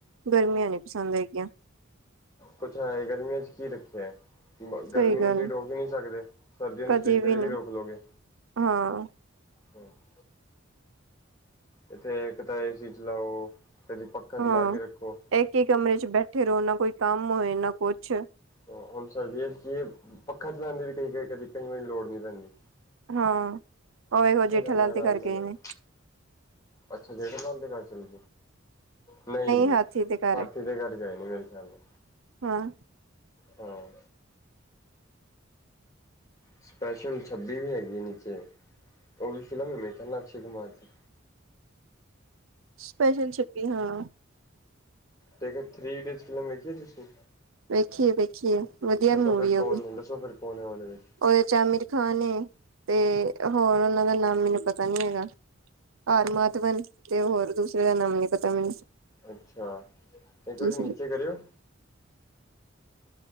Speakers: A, on the right; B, on the left.
A: ਗਰਮੀਆਂ ਨੀ ਪਸੰਦ ਹੈਗੀਆਂ
B: ਕੁੱਛ ਹੈਏ ਗਰਮੀਆਂ ਚ ਕੀ ਰੱਖਿਆ ਐ ਬਾ ਗਰਮੀ
A: ਸਹੀ
B: ਨੂੰ
A: ਗੱਲ
B: ਤੁਸੀਂ ਰੋਕ ਈ ਨਹੀਂ ਸਕਦੇ ਏ ਸਰਦੀਆਂ ਨੂੰ
A: ਕਦੇ
B: ਤੁਸੀਂ ਫੇਿਰ
A: ਨੀ
B: ਵੀ ਰੋਕ ਲੋਓਗੇ ਏ
A: ਹਾਂ ਆ
B: ਬਸ ਇੱਥੇ ਇੱਕ ਤਾਂ ਆ ਏ ਸੀ ਚਲਾਓ ਕਦੀ ਪੱਖਾ ਚਲਾ
A: ਹਾਂ
B: ਕੇ ਰੱਖੋ
A: ਇੱਕ ਈ ਕਮਰੇ ਚ ਬੈਠੇ ਰਹੋ ਨਾ ਕੋਈ ਕੰਮ ਹੋਏ ਨਾ ਕੁਛ ਆ
B: ਆ ਹੁਣ ਸਰਦੀਆਂ ਚ ਕੀ ਏ ਪੱਖਾ ਚਲਾਦੀ ਵੀ ਕ ਕਦੇ ਕਈ ਵਾਰੀ ਲੋੜ ਨਹੀਂ ਪੈਂਦੀ ਈ
A: ਹਾਂ ਉਹਵੇ ਹੋੋ ਜੇਠਾ
B: ਜਾਣਾ
A: ਲਾਲ
B: ਆਰਾਮ
A: ਤੇ ਕਰਕੇ
B: ਨਾਲ ਜਾਓ
A: ਏ ਨੇ
B: ਅੱਛਾ ਜੇਠ ਨਾਲ ਦਕਾਨ ਕਰੀ ਨਹੀਂ ਜੀ
A: ਹਾਥੀ ਦੇ ਘਰ
B: ਹਾਥੀ ਤੇ ਚੜ ਘਰ ਕੇ ਆਏ ਨੇ ਮੇਰੇ ਖਿਆਲ ਨਾਲ
A: ਹਾਂ
B: ਹਾ ਆ ਸਪੈਸ਼ਲ ਛੱਬੀ ਵੀ ਹੈਗੀ ਐ ਨੀਚੇ ਉਹ ਵੀ ਫਿਲਮ ਮੇ ਕਾ ਅਕਸ਼ੇ ਕੁਮਾਰ ਚ
A: ਸਪੈਸ਼ਲ ਛੱਬੀ ਹੋਣਾ ਆ
B: ਟੇਨ ਥਰੀ ਡੇ ਫਿਲਮ ਵੇਖੀ ਐ ਤੁਸੀਂ ਈ
A: ਵੇਖੀਏ ਵੇਖੀਏ ਵਧੀਆ ਮੂਵੀ
B: ਫਿਰ
A: ਏ
B: ਕੌਣ
A: ਉ ਵੀ ਈ
B: ਦੱਸੋ ਫਿਰ ਕੌਣ ਹੈ ਉਹਦੇ ਵਿੱਚ
A: ਉਹਦੇ ਚ ਅਮਿਰ ਖਾਨ ਏ ਤੇ ਹੋਰ ਉਹਨਾ ਦਾ ਨਾਮ ਮੈਨੂੰ ਪਤਾ ਨੀ ਹੈਗਾ ਆਰ ਮਾਤਵਨ ਤੇ ਹੋਰ ਦੂਸਰੇ ਦਾ ਨਾਮ ਨੀ ਪਤਾ ਮੈਨੂੰ
B: ਅੱਛਾ ਇੱਕ
A: ਕੀ
B: ਵਾਰੀ
A: ਸੀ
B: ਨੀਚੇ ਕਰਿਓ